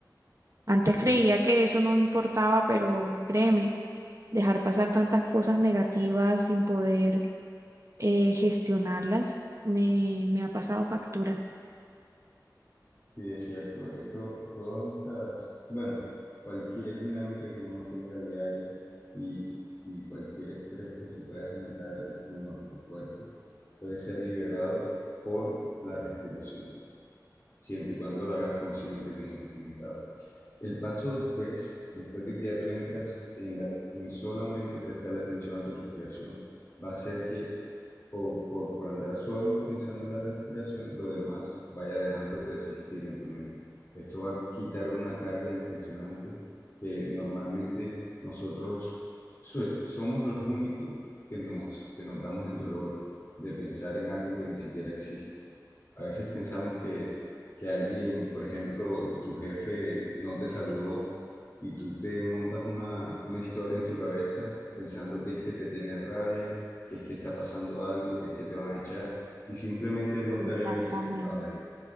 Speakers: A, on the right (about 45°); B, on the left (about 40°).
A: Antes
B: Sí,
A: creía que eso no importaba, pero créeme, dejar pasar tantas cosas negativas sin poder eh, gestionarlas me, me ha pasado factura.
B: sí, es cierto. Esto, todas estas, bueno, cualquier dinámica que uno tenga diaria y, y cualquier estrés que se pueda generar en nuestro cuerpo puede ser liberado por la respiración. siempre y cuando la hagas consciente, como te comentaba. El paso después, después de que ya tú entras en, la, en solamente prestarle atención a tu respiración, va a hacer que o por, por andar solo pensando en la respiración, lo demás vaya dejando de existir en tu mente. Esto va a quitar una carga impresionante que normalmente nosotros so- somos los únicos que nos, que nos damos el dolor de pensar en algo que ni siquiera existe. A veces pensamos que, que alguien, por ejemplo, tu jefe no te saludó y tú te montas una, una historia en tu cabeza pensando que es que te tiene rabia, que es que está pasando algo, que es que te van a echar y simplemente él no te
A: Exactamente,
B: había visto que estabas ahí.